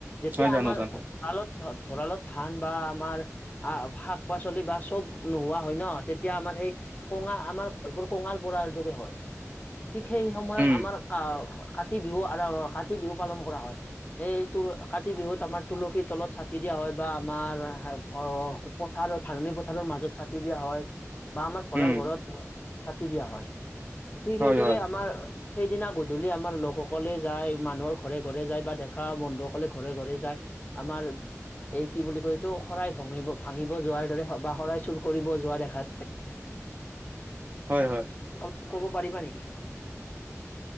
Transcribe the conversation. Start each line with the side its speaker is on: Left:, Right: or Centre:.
Left: যেতিয়া
Right: হয় জানো
Left: আমাৰ
Right: জানো,
Left: তালত ভৰালৰ ধান বা আমাৰ আহ শাক পাচলি বা চব নোহোৱা হয় ন। তেতিয়া আমাৰ সেই কঙা আমাৰ ঘৰবোৰ কঙাল পৰাৰ দৰে হয়। ঠিক সেই সময়ত
Right: উম,
Left: আমাৰ কা কাতি বিহু কাতি বিহু পালন কৰা হয়। এই তোৰ কাতি বিহুত আমাৰ তুলসীৰ তলত চাকি দিয়া হয় বা আমাৰ অ, পথাৰৰ ধাননি পথাৰৰ মাজত চাকি দিয়া হয়। বা আমাৰ ভৰাল
Right: উম,
Left: ঘৰত চাকি দিয়া হয়। ঠিক
Right: হয়,
Left: সেইদৰে
Right: হয়,
Left: আমাৰ সেইদিনা গধূলি আমাৰ লোকসকলে যায়, মানুহৰ ঘৰে ঘৰে যায় বা দেখা বন্ধুসকলে ঘৰে ঘৰে যায়। আমাৰ এই কি বুলি কয় এইটো? শৰাই ভঙিব ভাঙিব যোৱাৰ দৰে বা শৰাই চুৰ কৰিব যোৱা দেখা
Right: হয় হয়।
Left: অলপ ক'ব পাৰিবা নেকি?